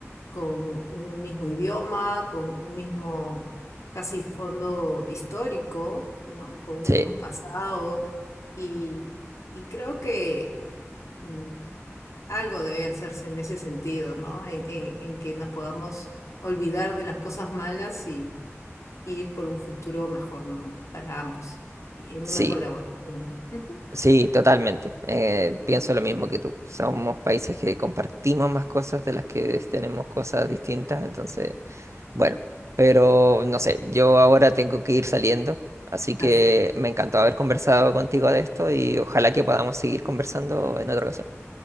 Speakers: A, on the left; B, on the right.
A: con un mismo idioma, con un mismo casi fondo histórico, ¿no? Con un
B: Sí,
A: mismo pasado y, y creo que... mm, algo debe hacerse en ese sentido, ¿no? En, en- en que nos podamos olvidar de las cosas malas y, y ir por un futuro mejor, ¿no? Para ambos. Y en
B: sí,
A: una colaboración. Ujú.
B: sí, totalmente. Eh, pienso lo mismo que tú. Somos países que compartimos más cosas de las que tenemos cosas distintas, entonces... Bueno, pero no sé, yo ahora tengo que ir saliendo, así que
A: Así.
B: me encantó haber conversado contigo de esto y ojalá que podamos seguir conversando en otra ocasión.